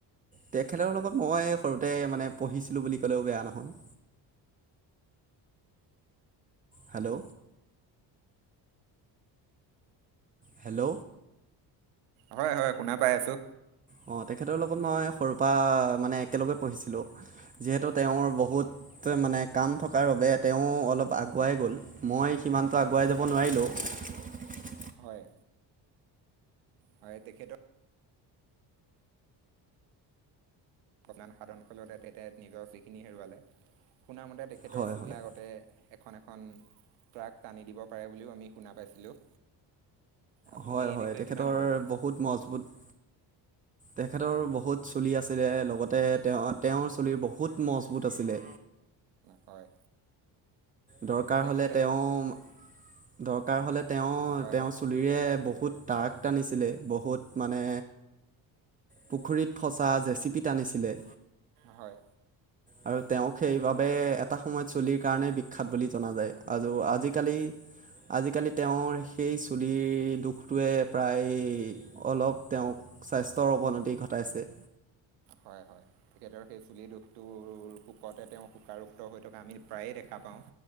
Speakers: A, on the right (about 20°); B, on the right (about 85°).
A: তেখেতৰ লগত মই সৰুতে মানে পঢ়িছিলোঁ বুলি ক'লেও বেয়া নহয়। হেল্ল'! হেল্ল'!
B: হয় হয় শুনা পাই আছো।
A: অ তেখেতৰ লগত মই সৰুৰ পৰা মানে একেলগে পঢ়িছিলোঁ। যিহেতু তেওঁৰ বহুত ত মানে কাম থকাৰ বাবে তেওঁ অলপ আগুৱাই গ'ল মই সিমানটো আগুৱাই যাব নোৱাৰিলো। <inaudible>
B: হয়। হয় তেখেতক সটান সাধন কালতে তেখেত নিজৰ যিখিনি হেৰুৱালে শুনামতে তেখেতৰ
A: হয়
B: চুলিৰ
A: হয়
B: আগতে এখন এখন ট্ৰাক টানি দিব পাৰে বুলিও আমি শুনা পাইছিলোঁ। আপুনি
A: হয়
B: এই
A: হয়
B: বিষয়ে
A: তেখেতৰ
B: কিমান অৱগত
A: বহুত মজবুত তেখেতৰ বহুত চুলি আছিলে লগতে তেওঁ তেওঁৰ চুলি বহুত মজবুত আছিলে।
B: হয়।
A: দৰকাৰ
B: তেওঁ
A: হলে
B: তেল
A: তেওঁ দৰকাৰ হলে তেওঁ
B: হয়
A: তেওঁৰ
B: হয়
A: চুলিৰে বহুত বহুত ট্ৰাক টানিছিলে বহুত মানে পুখুৰীত ফচা জেচিপি টানিছিলে।
B: হয়।
A: আৰু তেওঁক সেইবাবে এটা সময়ত চুলিৰ কাৰণে বিখ্যাত বুলি জনা যায়। আৰু আজিকালি আজিকালি তেওঁৰ সেই চুলিৰ দুখটোৱে প্ৰায় অলপ তেওঁক স্বাস্থ্যৰ অৱনতি ঘটাইছে।
B: হয়, হয়। তেখেতৰ সেই চুলি দুখটোৰ শোকতে তেওঁ শোকাৰুক্ত হৈ থকা আমি প্ৰায়ে দে দেখা পাওঁ।